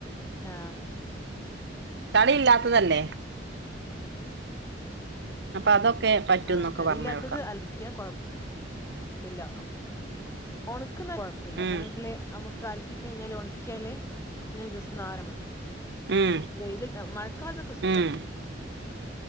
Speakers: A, on the left; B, on the right.
A: ആഹ്.
B: ചളി ഇല്ലാത്തതല്ലെ. അപ്പൊ അതൊക്കെ- പറ്റുംന്നൊക്കെ
A: ആഹ് ചളിയില്ലാത്തത്
B: പറഞ്ഞ് കേൾക്കാം
A: അലിക്കിയാ കൊഴപ്പ- ഴപ്പില്ല ഒണക്കുന്ന കുഴപ്പില്ല
B: ഉം
A: കാരണം ഇ നമുക്ക് പ്പ അലക്കി കഴിഞ്ഞാൽ ഓണാക്കിയാൽ പിന്നെ അത് ജസ്റ്റ് നാറുന്നു
B: ഉം
A: വെയിൽ മഴക്കാലത്തൊക്കെ സുഖ
B: ഉം